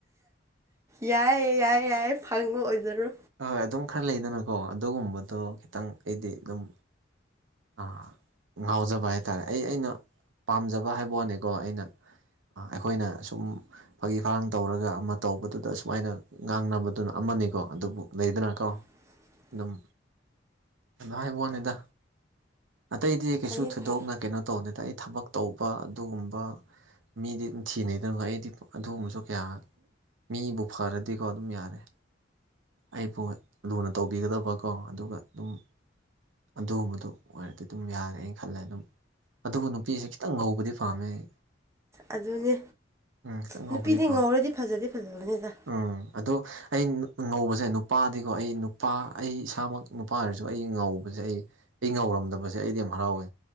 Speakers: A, on the right; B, on the right.
A: ꯌꯥꯏ ꯌꯥꯏ ꯌꯥꯏ ꯐꯪꯕ ꯑꯣꯏꯖꯔꯣ
B: ꯍꯣ ꯍꯣꯏ ꯑꯗꯨꯝ ꯈꯔ ꯂꯩꯗꯅꯀꯣ ꯑꯗꯨꯒꯨꯝꯕꯗꯣ ꯈꯤꯇꯪ ꯑꯩꯗꯤ ꯑꯗꯨꯝ ꯑꯥ ꯉꯥꯎꯖꯕ ꯍꯥꯏꯇꯥꯔꯦ ꯑꯩ ꯑꯩꯅ ꯄꯥꯝꯖꯕ ꯍꯥꯏꯕ ꯋꯥꯅꯤꯀꯣ ꯑꯩꯅ ꯑꯥ ꯑꯩꯈꯣꯏꯅ ꯁꯨꯝ ꯐꯥꯒꯤ ꯐꯔꯥꯡ ꯇꯧꯔꯒ ꯑꯃ ꯇꯧꯕꯗꯨꯗ ꯁꯨꯃꯥꯏꯅ ꯉꯥꯡꯅꯕꯗꯨꯅ ꯑꯃꯅꯤꯀꯣ ꯑꯗꯨꯕꯨ ꯂꯩꯗꯅꯀꯣ
A: <inaudible>
B: ꯑꯗꯨꯝ ꯑꯗꯨ ꯍꯥꯏꯕ ꯋꯥꯅꯤꯗ ꯑꯇꯩꯗꯤ ꯀꯩꯁꯨ
A: ꯐꯩꯌꯦ
B: ꯊꯣꯏꯗꯣꯛꯅ
A: ꯐꯩꯌꯦ
B: ꯀꯩꯅꯣ ꯇꯧꯗꯦꯗ ꯑꯩ ꯊꯕꯛ ꯇꯧꯕ ꯑꯗꯨꯒꯨꯝꯕ ꯃꯤꯗꯤ ꯑꯗꯨ ꯊꯤꯅꯩꯗꯅ ꯑꯩꯗꯤ ꯑꯗꯨꯒꯨꯝꯕꯁꯨ ꯀꯌꯥ ꯃꯤꯕꯨ ꯐꯔꯗꯤꯀꯣ ꯑꯗꯨꯝ ꯌꯥꯔꯦ ꯑꯩꯕꯨ ꯂꯨꯅ ꯇꯧꯕꯤꯒꯗꯕꯀꯣ ꯑꯗꯨꯒ ꯑꯗꯨꯝ ꯑꯗꯨꯒꯨꯝꯕꯗꯨ ꯑꯣꯏꯔꯗꯤ ꯑꯗꯨꯝ ꯌꯥꯔꯦ ꯑꯩ ꯈꯜꯂꯦ ꯑꯗꯨꯝ ꯑꯗꯨꯕꯨ ꯅꯨꯄꯤꯁꯦ ꯈꯤꯇꯪ ꯉꯧꯕꯗꯤ ꯄꯥꯝꯃꯦ ꯑꯩ
A: ꯑꯗꯨꯅꯦ
B: ꯈꯤꯇꯪ ꯉꯧꯕꯗꯤ
A: ꯅꯨꯄꯤꯗꯤ
B: ꯄꯥꯝꯃꯦ
A: ꯉꯧꯔꯗꯤ ꯐꯖꯗꯤ ꯐꯖꯕꯅꯦꯗ
B: ꯎꯝ ꯑꯗꯣ ꯑꯩ ꯉꯧꯕꯁꯦ ꯅꯨꯄꯥꯗꯤꯀꯣ ꯑꯩ ꯅꯨꯄꯥ ꯑꯩ ꯏꯁꯥꯃꯛ ꯅꯨꯄꯥ ꯑꯣꯏꯔꯁꯨ ꯑꯩꯗꯤ ꯉꯧꯕꯁꯦ ꯑꯩ ꯑꯩ ꯉꯧꯔꯝꯗꯕꯖꯦ ꯑꯩꯗꯤ ꯌꯥꯝ ꯍꯔꯥꯎꯋꯦ